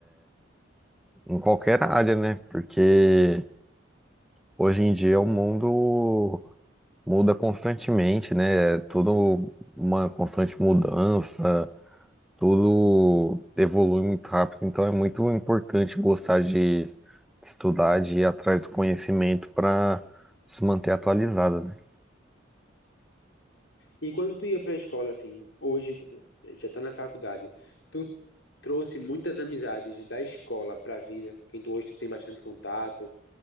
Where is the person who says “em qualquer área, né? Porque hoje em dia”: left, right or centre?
Centre